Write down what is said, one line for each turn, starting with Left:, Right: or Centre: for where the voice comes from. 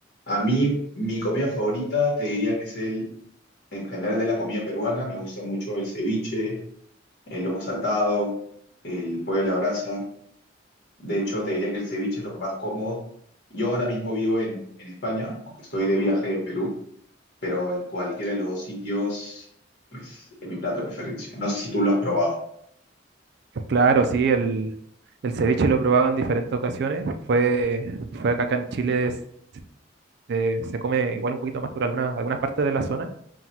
Left: A mí, mi comida favorita te diría que es el, en general, de la comida peruana. Me gusta mucho el ceviche, el lomo saltado, el pollo a la brasa. De hecho, te diría que el ceviche es lo que más como. Yo ahora mismo vivo en, en España, aunque estoy de viaje en Perú, pero en cualquiera de los dos sitios, pues es mi plato de preferencia. No sé si tú lo has probado.
Right: Claro, sí, el, el ceviche lo he probado en diferentes ocasiones. Fue, fue acá, acá en Chile, es- eh, se come igual un poquito más por algunas, algunas partes de la zona,